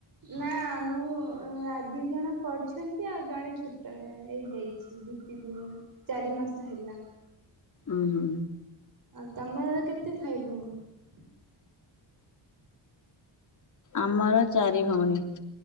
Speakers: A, on the right; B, on the left.
A: ନା ମୁଁ। ଅ ଆ ଦି ଜଣ ପଢୁଛନ୍ତି ଆଉ ଜଣେ ଛୋଟ ହେଇଛି ଦି ତିନି ଦିନ ଚାରି ମାସ ହେଲା।
B: ଉଁ ହୁଁ।
A: ଆଉ ତମେ ଏବେ କେତେ ଭାଇ ଭ ହଁ।
B: ଆମର ଚାରି ଭଉଣୀ।